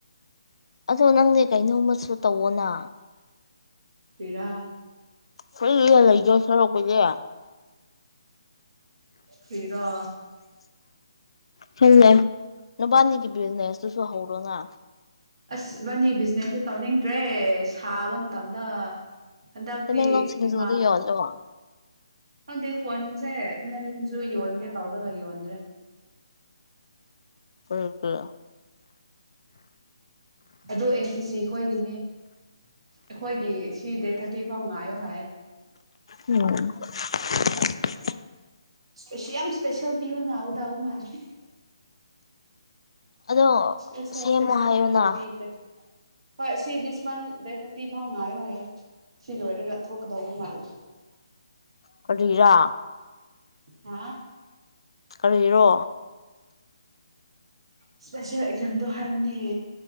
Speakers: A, on the left; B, on the right.
A: ꯑꯗꯣ ꯅꯪꯗꯤ ꯀꯩꯅꯣꯃꯥꯁꯨ ꯇꯧꯋꯣꯅ
B: ꯀ꯭ꯔꯤꯔꯥ
A: ꯐ꯭ꯔꯤꯗ ꯂꯩꯗꯣꯏ ꯁꯔꯨꯛꯄꯨꯗꯤ
B: ꯀ꯭ꯔꯤꯔꯣ
A: ꯈꯪꯗꯦ ꯅꯕꯥꯅꯤꯒꯤ ꯕꯤꯖꯤꯅꯦꯁꯇꯨꯁꯨ ꯍꯧꯔꯣꯅ
B: ꯑꯁ ꯏꯕꯥꯅꯤ ꯕꯤꯖꯤꯅꯦꯁꯁꯦ ꯇꯧꯅꯤꯡꯗ꯭ꯔꯦ ꯁꯥꯕ ꯃꯇꯝꯗ ꯍꯟꯗꯛꯇꯤ
A: ꯇꯃꯦꯡꯂꯣꯡ ꯁꯤꯡꯖꯨꯗꯣ
B: ꯏꯃꯥ
A: ꯌꯣꯜꯂꯣ
B: ꯈꯪꯗꯦ ꯐꯣꯟꯁꯦ ꯑꯗꯨꯁꯨ ꯌꯣꯟꯒꯦ ꯇꯧꯔꯒ ꯌꯣꯟꯗ꯭ꯔꯦ
A: ꯀꯩꯒꯤ
B: ꯑꯗꯨ ꯑꯦꯟꯇꯤꯁꯤ ꯈꯣꯏꯒꯤꯅꯦ ꯑꯩꯈꯣꯏꯒꯤ ꯁꯤ ꯗꯦꯠ ꯊꯥꯔꯇꯤ ꯐꯥꯎ ꯉꯥꯏꯌꯣ ꯍꯥꯏꯌꯦ
A: ꯎꯝ <unintelligible> <inaudible>
B: ꯏꯁꯄꯦꯁꯤ ꯌꯥꯝ ꯏꯁꯄꯦꯁꯦꯜ ꯄꯤꯕ ꯅꯥꯎꯗꯎ ꯃꯥꯜꯂꯦ
A: ꯑꯗꯣ
B: ꯏꯁꯄꯦꯁꯜ
A: ꯁꯦꯝꯃꯣ
B: ꯏꯁꯄꯦꯁꯜ
A: ꯍꯥꯏꯌꯨꯅ
B: ꯍꯥꯏꯔꯒ ꯄꯤꯗ꯭ꯔꯦ ꯍꯣꯏ ꯁꯤ ꯗꯤꯁ ꯃꯟꯠ ꯗꯦꯠ ꯊꯥꯔꯇꯤ ꯐꯥꯎ ꯉꯥꯏꯌꯣ ꯍꯥꯏꯌꯦ ꯁꯤ ꯂꯣꯏꯔꯒ ꯊꯣꯛꯀꯗꯧꯕ ꯃꯥꯜꯂꯦ
A: ꯀꯥꯔꯤꯔꯥ
B: ꯍꯥꯥ
A: ꯀꯥꯔꯤꯔꯣ
B: ꯏꯁꯄꯦꯁꯦꯜ ꯑꯦꯛꯖꯥꯝꯗꯣ ꯍꯥꯏꯕꯅꯦ